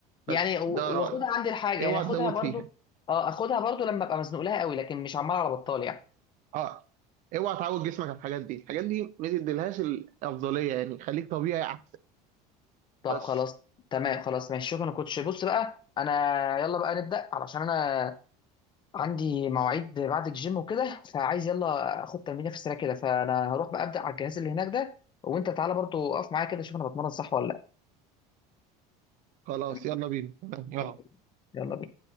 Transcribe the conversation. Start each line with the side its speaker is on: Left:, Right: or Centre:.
Left: يعني
Right: بس
Left: و-
Right: ده رأيي
Left: واخدها عندي الحاجه يعني
Right: اوعى
Left: اخدها
Right: تزود
Left: برضو
Right: فيها
Left: اه اخدها برضو لما ابقى مزنوق لها قوي لكن مش عمال على بطال يعني
Right: أه اوعى تعود جسمك على الحاجات دي الحاجات دي ما تديلهاش الأفضلية يعني خليك طبيعي أحسن
Left: طب
Right: بس
Left: خلاص تمام خلاص ماشي شكرا يا كوتش بص بقى انا يلا بقى نبدا علشان انا عندي مواعيد بعد الجيم وكده فعايز يلا اخد تمرينه في السريع كده فانا هروح بقى ابدا على الجهاز اللي هناك ده وانت تعالى برضو اقف معايا كده شوف انا بتمرن صح ولا لا
Right: خلاص
Left: تمام؟
Right: يلا بينا يلا
Left: يلا يلا بينا.